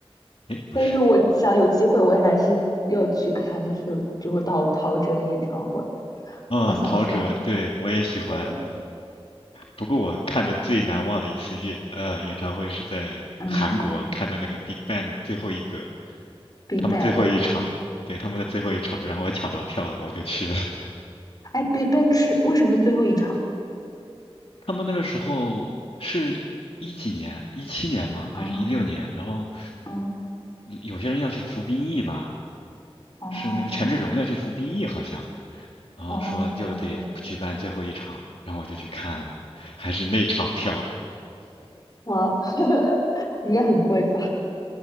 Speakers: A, on the left; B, on the left.
A: 诶，不是，
B: 但是我想有机会，我也还是要去看，就是比如说陶陶喆的演唱会，
A: 嗯，
B: 好想去啊。
A: 陶喆，对，我也喜欢，
B: 对，
A: 不过我看的最难忘的一次乐呃演唱会是在韩国看的那个
B: 嗯
A: Big Bang 的最后一个，
B: b
A: 他们最后一场，
B: e b a c k 啊，
A: 对，他们的最后一场，然后我抢到票了，我就去了。<laughs>
B: 哎 b e b a c k 是为什么是最后一场
A: 他们那个时候是一几年，一七年吗？
B: 啊？
A: 还是一六年？然后
B: 嗯，
A: 有些人要去服兵役吧，
B: 哦
A: 是那个权志龙要去服兵役好像，然后说就得举办最后一场，
B: 哦，难怪
A: 然后我就去看了，还是那场票，
B: 哇，<laughs> 应该很贵吧？